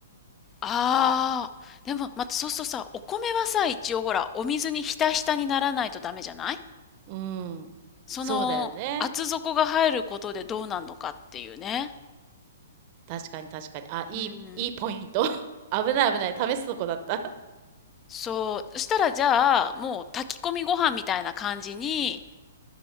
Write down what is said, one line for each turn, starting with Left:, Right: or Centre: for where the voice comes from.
Left: ああ、でも、またそうするとさ、お米はさ、一応ほら、お水にひたひたにならないとダメじゃない
Right: うん。
Left: その、
Right: そうだよね。
Left: 厚底が入ることでどうなんのかっていうね。
Right: 確かに確かに。あ、いい、
Left: うん。
Right: いいポイント。<laughs> 危ない危ない。試すとこだった。
Left: そう。そしたらじゃあ、もう炊き込みご飯みたいな感じに、